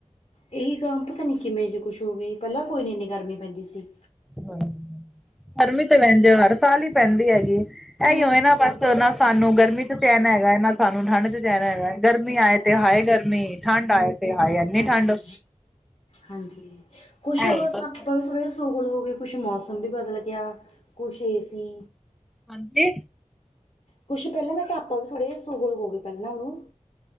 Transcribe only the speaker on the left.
ਇਹੀ ਕੰਮ ਪਤਾ ਨਿੱਕੀ ਮੇਰੀ ਖੁਸ਼ ਹੋ ਗਈ, ਪਹਿਲਾਂ ਕੋਈ ਨਹੀਂ ਇੰਨੀ ਗਰਮੀ ਪੈਂਦੀ ਸੀ।
ਪਤਾ
ਨੀ ਆਪਾਂ
ਭੁੱਲ
ਹਾਂਜੀ
ਹਾਂਜੀ।
ਹਾਂਜੀ, ਕੁਛ ਓ
ਵਾਸਤਾ
ਆਪਾਂ ਵੀ ਥੋੜੇ ਜੇ ਸੋਹਲ ਹੋ ਗਏ, ਕੁਛ ਮੌਸਮ ਵੀ ਬਦਲ ਗਿਆ, ਕੁਛ ਏ ਸੀ
ਕੁਛ ਪਹਿਲਾਂ ਮੈਂ ਕਿਹਾ ਆਪਾਂ ਵੀ ਥੋੜੇ ਸੋਹਲ ਹੋ ਗਏ ਪਹਿਲਾਂ ਨੂੰ